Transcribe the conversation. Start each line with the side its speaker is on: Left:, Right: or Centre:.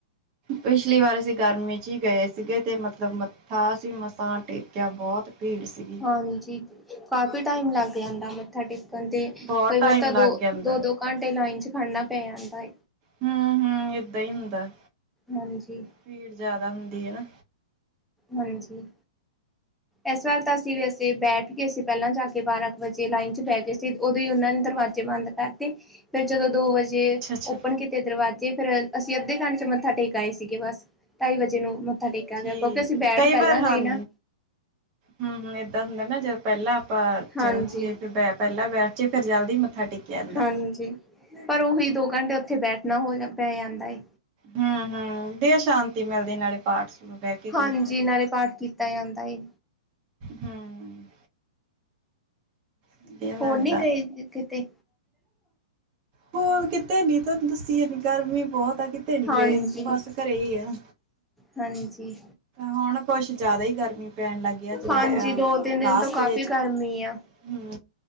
Right: ਪਿਛਲੀ ਵਾਰ ਅਸੀਂ ਗਰਮੀ 'ਚ ਹੀ ਗਏ ਸੀਗੇ ਤੇ ਮਤਲਬ ਮੱਥਾ ਅਸੀਂ ਮਸਾ ਟੇਕਿਆ ਬਹੁਤ ਭੀੜ ਸੀਗੀ।
Centre: ਹਾਂਜੀ ਕਾਫੀ ਟਾਈਮ ਲੱਗ ਜਾਂਦਾ ਮੱਥਾ ਟੇਕਣ ਤੇ
Right: ਬਹੁਤ
Centre: ਕਈ
Right: ਟਾਈਮ
Centre: ਵਾਰ ਤਾਂ
Right: ਲੱਗ
Centre: ਦੋ-ਦੋ-
Right: ਜਾਂਦਾ
Centre: ਦੋ ਘੰਟੇ ਲਾਈਨ 'ਚ ਖੜਨਾ ਪੈ ਜਾਂਦਾ।
Right: ਹੂੰ-ਹੂੰ ਏਦਾਂ ਹੀ ਹੁੰਦਾ
Centre: ਹਾਂਜੀ
Right: ਭੀੜ ਜਿਆਦਾ ਹੁੰਦੀ। ਦੀ ਹੈ ਨਾ।
Centre: ਹਾਂਜੀ ਇਸ ਵਾਰ ਤਾਂ ਅਸੀਂ ਵੀ ਤੇ ਬੈਠ ਕੇ ਅਸੀਂ ਪਹਿਲਾਂ ਜਾ ਕੇ ਬਾਰਾਂ ਕੁ ਵਜੇ ਲਾਈਨ 'ਚ ਬਹਿ ਗਏ ਸੀ ਉਦੋਂ ਹੀ ਉਹਨਾਂ ਨੇ ਦਰਵਾਜ਼ੇ ਬੰਦ ਕਰਤੇ। ਫੇਰ ਜਦੋਂ ਦੋ ਵਜੇ
Right: ਅੱਛਾ-ਅੱਛਾ
Centre: ਓਪਨ ਕੀਤੇ ਦਰਵਾਜ਼ੇ ਜੇ ਫੇਰ ਅਸੀਂ ਅੱਧੇ ਘੰਟ 'ਚ ਮੱਥਾ ਟੇਕ ਆਏ ਸੀਗੇ ਬਸ ਢਾਈ ਵਜੇ ਨੂੰ ਮੱਥਾ ਟੇਕਿਆ
Right: ਠੀਕ
Centre: ਗਿਆ ਕਿਉਂਕਿ ਅਸੀਂ ਬੈਠ
Right: ਹੈ ਕਈ
Centre: ਪਹਿਲਾਂ
Right: ਵਾਰ ਹਨ
Centre: ਗਏ ਨਾ।
Right: ਹੂੰ-ਹੂੰ ਏਦਾਂ ਹੁੰਦਾ ਨਾ ਜਦੋਂ ਪਹਿਲਾਂ ਆਪਾਂ ਚਲੋ
Centre: ਹਾਂਜੀ
Right: ਜੀਏ ਫਿਰ ਬ ਪਹਿਲਾਂ ਬੈਠੇ ਫਿਰ ਜਲਦੀ ਹੀ ਮੱਥਾ ਟੇਕਿਆ ਜਾਂਦਾ।
Centre: ਹਾਂਜੀ ਪਰ ਉਹੀ ਦੋ ਘੰਟੇ ਉੱਥੇ ਬੈਠਣਾ ਹੋ ਪੈ ਜਾਂਦਾ ਏ।
Right: ਹੂੰ-ਹੂੰ ਦੇਹ ਸ਼ਾਂਤੀ ਮਿਲਦੀ ਨਾਲੇ ਪਾਠ ਬਹਿ ਕੇ ਕੀਰਤਨ
Centre: ਹਾਂਜੀ ਨਾਲੇ ਪਾਠ ਕੀਤਾ ਜਾਂਦਾ ਏ।
Right: ਹੂੰ। ਵਧੀਆ ਲੱਗਦਾ
Centre: ਹੋਰ ਨੀ ਗਏ ਕਿਤੇ।
Right: ਫੋਨ ਕਿਤੇ ਨੀ ਤੁਹਾਨੂੰ ਦੱਸੀਏ ਨੀ ਗਰਮੀ ਵੀ ਬਹੁਤ। ਕਿਤੇ ਨੀ
Centre: ਹਾਂਜੀ
Right: ਗਏ ਬਸ ਘਰੇ ਹੀ ਆ।
Centre: ਹਾਂਜੀ।
Right: ਹੁਣ ਕੁਛ ਜ਼ਿਆਦਾ ਹੀ ਗਰਮੀ ਪੈਣ ਲੱਗਿਆ ਜੁਲਾ
Centre: ਹਾਂਜੀ ਦੋ ਤਿੰਨ ਦਿਨ
Right: ਲਾਸਟ
Centre: ਤੋਂ ਕਾਫ਼ੀ
Right: ਜੇ ਚ।
Centre: ਗਰਮੀ ਆ
Right: ਹੂੰ